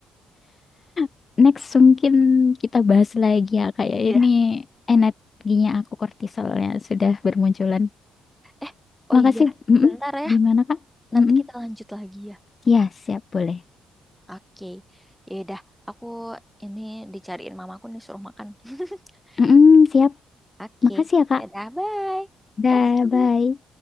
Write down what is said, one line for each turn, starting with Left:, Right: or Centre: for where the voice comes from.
Left: <laughs> Next, mungkin kita bahas lagi ya, Kak ya.
Centre: Iya.
Left: Ini energinya aku, kortisolnya sudah bermunculan.
Centre: Eh, oh
Left: Makasih.
Centre: iya,
Left: Mm-mm.
Centre: bentar ya.
Left: Gimana, Kak?
Centre: Nanti
Left: Mm-mm.
Centre: kita lanjut lagi ya.
Left: Ya, siap, boleh.
Centre: Oke, ya udah. Aku ini dicariin mamaku nih suruh makan. <laughs>
Left: Mm-mm, siap.
Centre: Oke,
Left: Makasih ya, Kak.
Centre: dadah, bye. Makasih.
Left: Dah, bye.